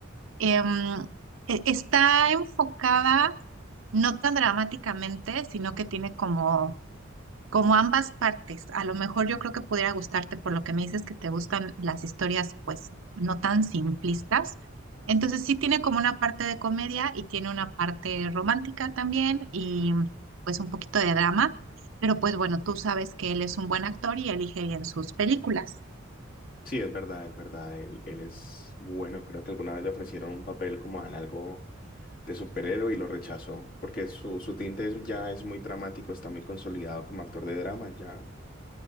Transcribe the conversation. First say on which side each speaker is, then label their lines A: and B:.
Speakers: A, on the right (about 75°); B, on the left (about 45°).
A: Em, e- está enfocada no tan dramáticamente, sino que tiene como como ambas partes, a lo mejor yo creo que pudiera gustarte por lo que me dices que te gustan las historias pues no tan simplistas. Entonces sí tiene como una parte de comedia y tiene una parte romántica también y pues un poquito de drama, pero pues bueno, tú sabes que él es un buen actor y elige bien sus películas.
B: Sí, es verdad, es verdad. Él, él es bueno. Creo que alguna vez le ofrecieron un papel como en algo de superhéroe y lo rechazó, porque su, su tinte es- ya es muy dramático, está muy consolidado como actor de drama, ya